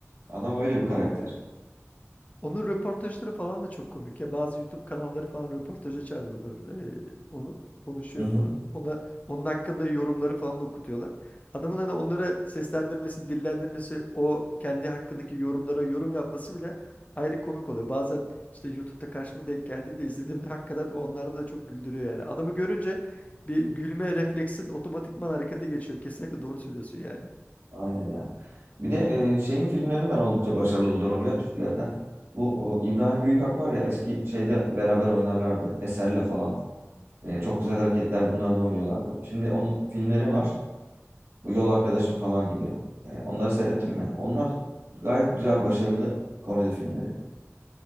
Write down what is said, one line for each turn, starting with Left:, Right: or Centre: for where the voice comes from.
Right: Adam öyle bir karakter.
Left: Onun röportajları falan da çok komik ya. Bazı YouTube kanalları falan röportaja çağırıyorlar eee, onu. Konuşuyor
Right: Hı hı.
Left: falan. Ona, onun hakkında yorumları falan da okutuyorlar. Adamın hani onlara seslendirmesi, dillendirmesi, o kendi hakkındaki yorumlara yorum yapması bile ayrı komik oluyor. Bazen işte YouTube'da karşıma denk geldiğinde izlediğimde hakikaten onlarda da çok güldürüyor yani. Adamı görünce bir gülme refleksin otomatikman harekete geçiyor. Kesinlikle doğru söylüyorsun yani.
Right: Aynen ya. Bir de e, şeyin filmlerini ben oldukça başarılı buluyorum ya Türklerden. Bu o, İbrahim Büyükak var ya eski şeyde beraber oynarlardı. Eser'le falan. E, çok güzel hareketler bunlar da oynuyorlardı. Şimdi onun filmleri var. Bu Yol Arkadaşım falan gibi. E, onları seyrettin mi? Onlar gayet güzel başarılı komedi filmleri.